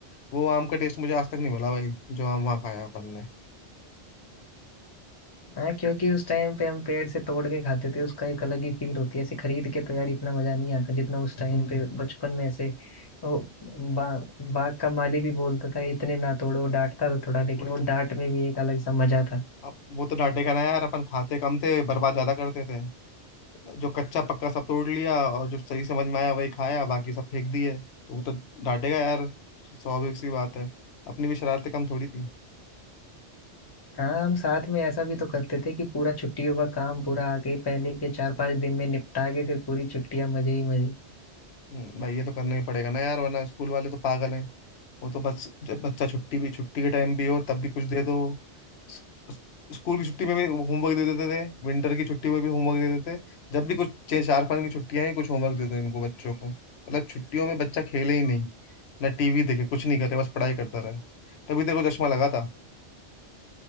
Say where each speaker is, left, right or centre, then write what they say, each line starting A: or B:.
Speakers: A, on the left (about 65°); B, on the left (about 25°).
A: वो आम का टेस्ट मुझे आज तक नहीं मिला भाई जो आम वहाँ खाया अपन ने
B: हाँ क्योंकि उस टाइम पे हम पेड़ से तोड़ के खाते थे उसका एक अलग ही फील होती है ऐसे खरीद के तो यार इतना मजा नहीं आता जितना उस
A: हम्म
B: टाइम पे बचपन में ऐसे वो बा, बाग का माली भी बोलता था इतने ना तोड़ो वो डांटता था थोड़ा लेकिन
A: वही
B: वो
A: तो
B: डांट में भी एक
A: अब
B: अलग सा मजा था
A: अब वो तो डांटेगा ना यार अपन खाते कम थे बर्बाद ज्यादा करते थे जो कच्चा पक्का सब तोड़ लिया और जो सही समझ में आया वही खाया बाकी सब फेंक दिए तो वो तो डांटेगा यार स्वाभाविक सी बात है अपनी भी शरारतें कम थोड़ी थी
B: हाँ हम साथ में ऐसा भी तो करते थे कि पूरा छुट्टियों का काम पूरा आगे पहले के चार पांच दिन में निपटा के फिर पूरी छुट्टियां मजे ही मजे
A: हम्म, भाई ये तो करना ही पड़ेगा ना यार वरना स्कूल वाले तो पागल हैं वो तो बस जब बच्चा छुट्टी भी छुट्टी के टाइम भी हो तब भी कुछ दे दो स- स- स्कूल की छुट्टी में भी होमवर्क दे देते थे विंटर की छुट्टी में भी होमवर्क दे देते जब भी कुछ छह चार पाँच की छुट्टियां हैं कुछ होमवर्क दे दो इनको बच्चों को मतलब छुट्टियों में बच्चा खेले ही नहीं ना टीवी देखे कुछ नहीं करे बस पढ़ाई करता रहे तभी तेरे को चश्मा लगा था